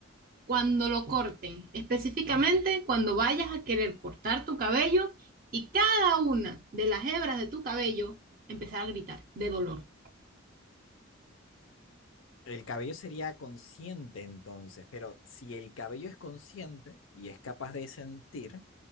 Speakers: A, on the right; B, on the left.
A: Cuando lo corten, específicamente cuando vayas a querer cortar tu cabello y cada una de las hebras de tu cabello empezara a gritar de dolor.
B: El cabello sería consciente entonces, pero si el cabello es consciente y es capaz de sentir,